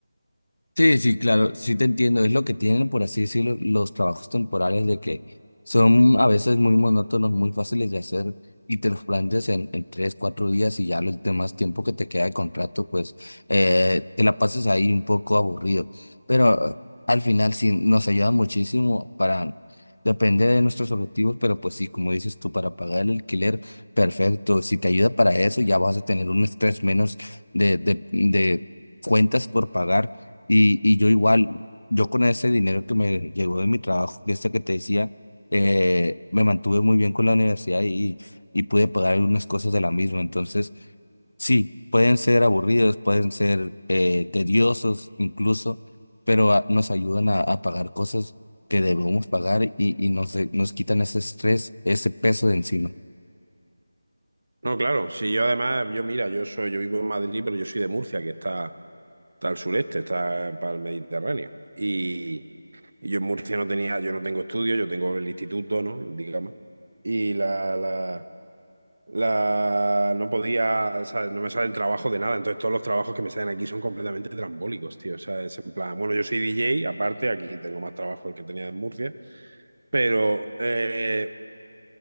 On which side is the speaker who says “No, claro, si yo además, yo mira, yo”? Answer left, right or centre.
Right